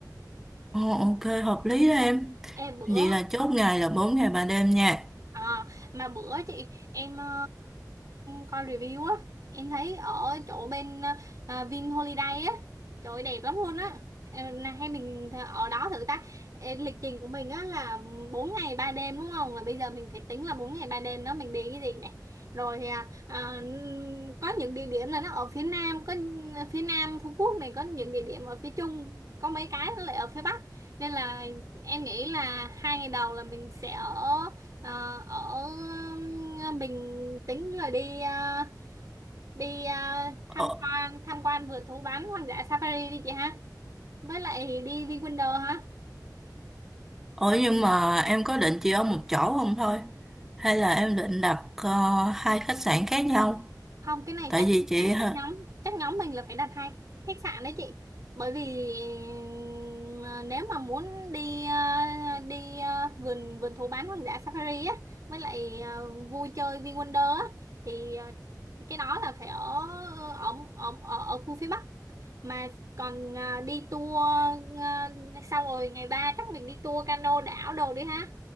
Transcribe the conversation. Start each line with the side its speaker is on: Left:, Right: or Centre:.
Centre: Ờ, ok, hợp lý đó em.
Right: Ê bữa
Centre: Vậy là chốt ngày là 4 ngày 3 đêm nha.
Right: À, mà bữa chị em ờ, coi review á em thấy ở chỗ bên ờ, Vin Holiday á trời ơi, đẹp lắm luôn á em này hay mình th- ở đó thử ta Ê, lịch trình của mình á là 4 ngày 3 đêm đúng không là bây giờ mình phải tính là 4 ngày 3 đêm đó mình đi cái gì này rồi thì, à, à, có những địa điểm là nó ở phía nam có ờ, phía nam Phú Quốc này có những địa điểm ở phía trung có mấy cái nó lại ở phía bắc nên là em nghĩ là hai ngày đầu là mình sẽ ở Ờ, ở um, mình tính là đi ờ, đi ờ, tham
Centre: Ờ,
Right: quan tham quan vườn thú bán hoang dã safari đi chị ha với lại đi đi Wonder ha
Centre: ờ, nhưng mà em có định chỉ ở một chỗ không thôi? Hay là em định đặt ờ, hai khách sạn khác nhau?
Right: không cái này
Centre: Tại
Right: chắc
Centre: vì chị... hả?
Right: chắc nhóm chắc nhóm mình là phải đặt hai khách sạn đấy chị bởi vì ừm, ờ, nếu mà muốn đi ờ, đi ờ, vườn vườn thú bán hoang dã safari á với lại ờ, vui chơi VinWonder á thì ờ, cái đó là phải ở ở ở ở, ở khu phía Bắc mà còn à, đi tour à, xong rồi ngày ba chắc mình đi tour cano đảo đồ đi ha